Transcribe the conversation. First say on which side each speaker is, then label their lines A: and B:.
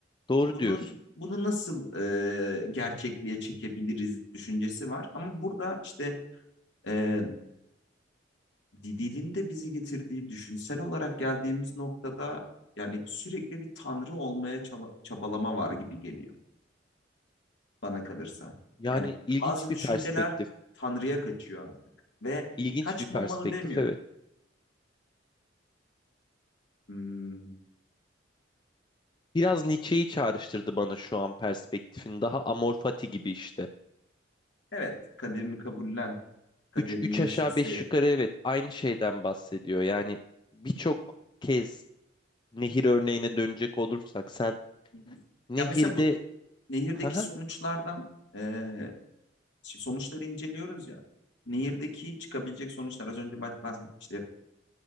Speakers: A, on the left; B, on the left.
A: Doğru
B: bunun
A: diyorsun.
B: bunu nasıl ee, gerçekliğe çekebiliriz düşüncesi var. Ama burada işte ee, Dilin de bizi getirdiği düşünsel olarak geldiğimiz noktada yani sürekli bir tanrı olmaya çaba- çabalama var gibi geliyor bana kalırsa.
A: Yani
B: Yani
A: ilginç
B: bazı
A: bir
B: düşünceler
A: perspektif.
B: tanrıya kaçıyor artık ve
A: İlginç
B: kaçmamalı
A: bir perspektif
B: demiyorum.
A: evet.
B: Hmm,
A: Biraz Nietzsche'yi çağrıştırdı bana şu an perspektifin. Daha Amor Fati gibi işte.
B: evet kaderini kabullen, kaderini
A: 3 3
B: yaşa,
A: aşağı
B: sev.
A: 5 yukarı evet aynı şeyden bahsediyor. Yani birçok kez nehir örneğine dönecek olursak sen
B: Hı hı.
A: nehirde
B: Ya mesela bu nehirdeki
A: Haha.
B: sonuçlardan eee, şimdi sonuçları inceliyoruz ya. Nehirdeki çıkabilecek sonuçlar az önce bah- bahsetmiştim işte